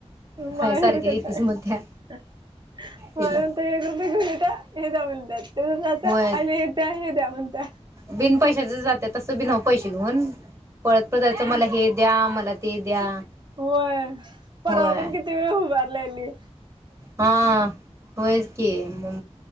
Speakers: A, on the right; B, on the right.
A: माय
B: खायसारखी
A: बी कटाळी.
B: येतीच म्हणत्या
A: माय
B: तिला
A: म्हणत्या <unintelligible> का? येजा म्हणत्यात. तिकडं जात्या
B: होय
A: आणि येत्या हे द्या म्हणत्या.
B: बिन पैशाच जात तसं बी नाव पैसे घेऊन पळत पतयचं मला हे द्या मला ला त द्या
A: होय परावा
B: होय
A: पण किती वेळ उभारलाहिली
B: हा होयच की मुं